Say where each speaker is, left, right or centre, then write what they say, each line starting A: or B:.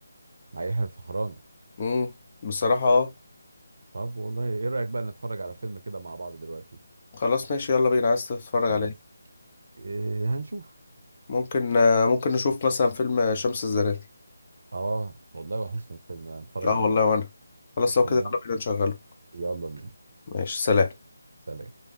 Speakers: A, on the right; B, on the left.
A: مع يحيى الفخراني
B: امم بصراحة اه
A: طب والله ايه رايك بقى نتفرج على فيلم كده مع بعض دلوقتي
B: خلاص ماشي يلا بينا عايز تتفرج
A: خلاص
B: عليه
A: إيه هنشوف
B: ممكن آه، ممكن نشوف مثلا فيلم شمس الزناتي
A: اه والله وحشنا الفيلم نتفرج
B: اه
A: عليه
B: والله وأنا خلاص لو
A: تمام
B: كده يلا بينا نشغله
A: يلا بينا
B: ماشي سلام
A: سلام